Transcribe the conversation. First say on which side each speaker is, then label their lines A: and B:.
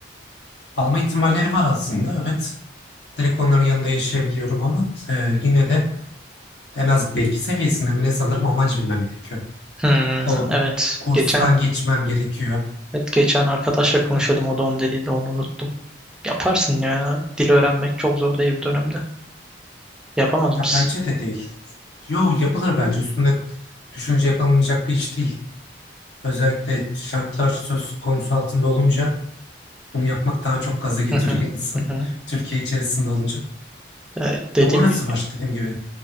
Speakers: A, on the left; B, in the centre.
A: kalma ihtimalleri var aslında evet. Direkt onların yanında yaşayabiliyorum ama e, yine de en az B2 seviyesinde mi ne sanırım amacı bilmem gerekiyor.
B: Hmm,
A: O
B: evet.
A: kurstan
B: Geçen
A: geçmem gerekiyor.
B: evet, geçen arkadaşla konuşuyordum o da onu dediydi onu unuttum. Yaparsın ya. Dil öğrenmek çok zor değil bu dönemde. Yapamaz mısın?
A: Ya bence de değil. Yo yapılır bence üstüne düşünce yapılmayacak bir iş değil. Özellikle şartlar söz konusu altında olunca bunu yapmak daha çok gaza getiriyor
B: Hı hı.
A: <laughs> insanı.
B: Hı hı.
A: Türkiye içerisinde olunca.
B: Ee, dediğim
A: Ya orası
B: gibi
A: var dediğim gibi.